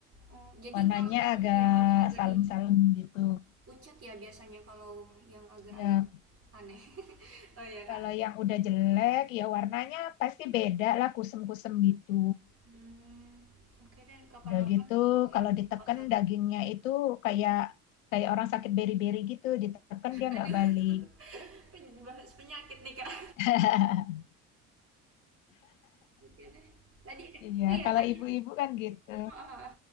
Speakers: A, on the right (about 30°); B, on the left (about 65°).
A: Oh, jadi
B: warnanya
A: kalau yang
B: agak
A: yang agak-agak
B: salem-salem
A: ini
B: gitu.
A: Pucat ya biasanya kalau yang agak-agak
B: Ya
A: aneh. <laughs> Oh ya Kak.
B: kalau yang udah jelek ya warnanya pasti beda lah kusem-kusem gitu.
A: Hmm, oke deh kapan-kapan
B: Udah gitu
A: ke
B: kalau
A: ini
B: diteken
A: ke pasar.
B: dagingnya itu kayak kayak orang sakit beri-beri gitu diteken dia
A: Aduh,
B: nggak balik.
A: <laughs> pen- bahas penyakit nih Kak.
B: <laughs>
A: Oke deh. Tadi,
B: Iya
A: oh ya
B: kalau
A: tadi,
B: ibu-ibu kan gitu.
A: ah,